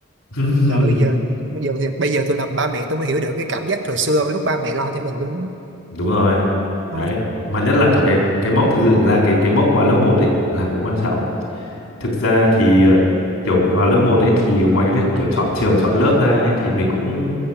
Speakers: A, on the left (about 75°); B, on the right (about 60°).
A: <laughs>
B: trời ơi giờ bây giờ thiệt bây giờ tôi làm ba mẹ tôi mới hiểu được cái cảm giác thời xưa lúc ba mẹ lo cho mình luôn á
A: đúng rồi đấy
B: thôi
A: mà nhất là kiểu cái cái mốc thực sự là cái cái mốc mà lớp một ấy là cũng quan trọng Thực ra thì ờ, kiểu vào lớp một ấy thì ngoài cái việc kiểu chọn trường chọn lớp ra ấy thì mình cũng